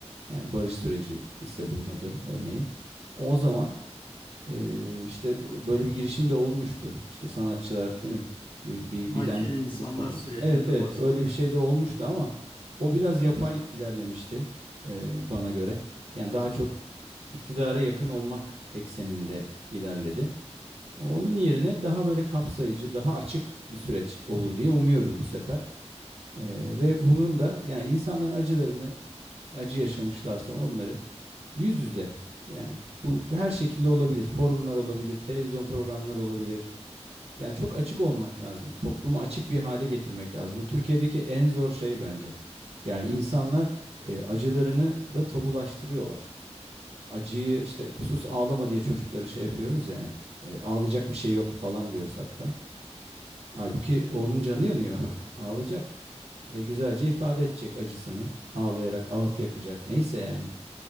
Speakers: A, on the right; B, on the left.
A: yani barış süreci ise bunun adı örneğin. O zaman ee, işte böyle bir girişim de olmuştu. İşte sanatçılar değil mi? Bir, bir
B: akil
A: bilen
B: insanlar
A: bu konuda.
B: sürecinden
A: Evet evet
B: bahsediyorsunuz.
A: öyle bir şey de olmuştu ama o biraz yapay ilerlemişti e, bana göre. Yani daha çok iktidara yakın olmak ekseninde ilerledi. Onun yerine daha böyle kapsayıcı, daha açık bir süreç olur diye umuyorum bu sefer. Ee, ve bunun da yani insanların acılarını acı yaşamışlarsa onları Yüz yüze. Yani bu her şekilde olabilir. Forumlar olabilir, televizyon programları olabilir. Yani çok açık olmak lazım. Toplumu açık bir hale getirmek lazım. Bu Türkiye'deki en zor şey bence. Yani insanlar e, acılarını da tabulaştırıyorlar. Acıyı işte sus ağlama diye çocukları şey yapıyoruz yani. E, ağlayacak bir şey yok falan diyoruz hatta. Halbuki onun canı yanıyor. <laughs> Ağlayacak ve güzelce ifade edecek acısını. Ağlayarak ağıt yakacak. Neyse yani.